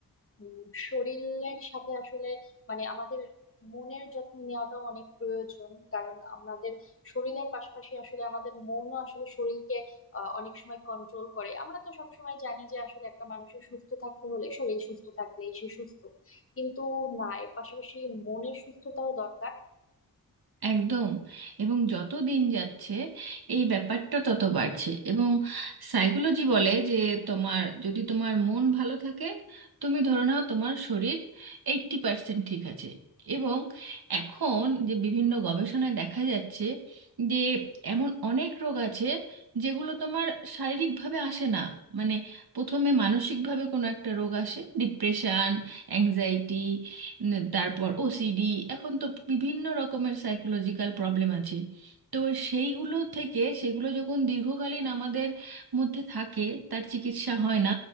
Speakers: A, on the left (about 35°); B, on the right (about 75°).
A: উম, শরীরের সাথে আসলে মানে আমাদের মনের যত্ন নেওয়াটাও অনেক প্রয়োজন কারণ আমাদের শরীরের পাশাপাশি আসলে আমাদের মনও আসলে শরীরকে আহ, অনেক সময় কন্ট্রোল করে আমরা তো সব সময় জানি যে আসলে একটা মানুষের সুস্থ থাকতে হলে শরীর সুস্থ থাকলেই সে সুস্থ কিন্তু না এর পাশাপাশি মনের সুস্থতাও দরকার
B: একদম এবং যত দিন যাচ্ছে এই ব্যাপারটা তত বাড়ছে এবং সাইকোলজি বলে যে তোমার যদি তোমার মন ভালো থাকে তুমি ধরে নাও তোমার শরীর এইট্টি পার্সেন্ট ঠিক আছে এবং এখন যে বিভিন্ন গবেষণায় দেখা যাচ্ছে যে এমন অনেক রোগ আছে যেগুলো তোমার শারীরিকভাবে আসে না মানে প্রথমে মানসিকভাবে কোনো একটা রোগ আসে ডিপ্রেশন অ্যাংজাইটি উম, তারপর ওসিডি এখন তো বিভিন্ন রকমের সাইকোলজিক্যাল প্রবলেম আছে তো সেইগুলো থেকে সেগুলো যখন দীর্ঘকালীন আমাদের মধ্যে থাকে তার চিকিৎসা হয় না